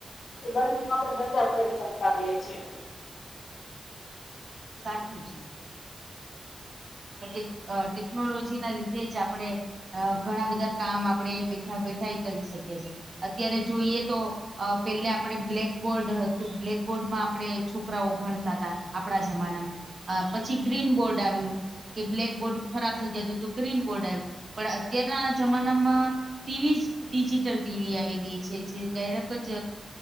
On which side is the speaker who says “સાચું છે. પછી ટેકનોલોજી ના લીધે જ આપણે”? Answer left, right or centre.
Right